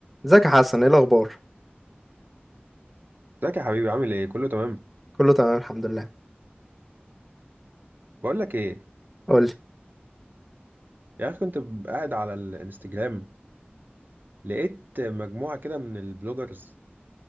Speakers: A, in the centre; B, on the right.
A: ازيك يا حسن ايه الاخبار
B: ازيك يا حبيبي عامل ايه كله تمام
A: كله تمام الحمد لله
B: بقول لك ايه
A: قول لي
B: يا اخي كنت ب- قاعد على الانستجرام لقيت مجموعه كده من البلوجرز